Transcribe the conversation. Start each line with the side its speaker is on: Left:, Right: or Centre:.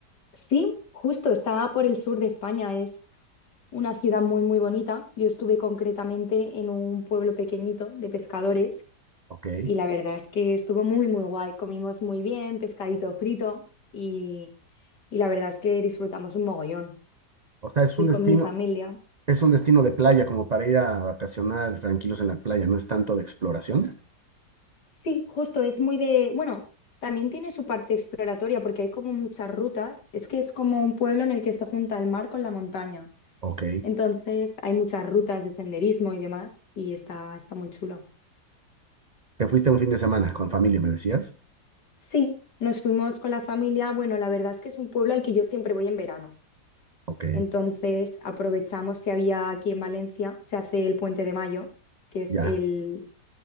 Left: Sí, justo, está por el sur de España, es una ciudad muy muy bonita. Yo estuve concretamente en un pueblo pequeñito de pescadores
Right: Ok.
Left: y la verdad es que estuvo muy muy guay, comimos muy bien, pescadito frito y, y la verdad es que disfrutamos un mogollón.
Right: O sea, es
Left: Fui
Right: un
Left: con
Right: destino,
Left: mi familia.
Right: es un destino de playa, como para ir a vacacionar tranquilos en la playa, no es tanto de exploración.
Left: Sí, justo, es muy de, bueno, también tiene su parte exploratoria porque hay como muchas rutas, es que es como un pueblo en el que se junta el mar con la montaña,
Right: Ok.
Left: entonces hay muchas rutas de senderismo y demás y está, está muy chulo.
Right: Te fuiste un fin de semana con familia, me decías.
Left: Sí, nos fuimos con la familia, bueno, la verdad es que es un pueblo al que yo siempre voy en verano,
Right: Ok,
Left: entonces aprovechamos que había aquí en Valencia, se hace el Puente de Mayo, que es
Right: ya.
Left: el,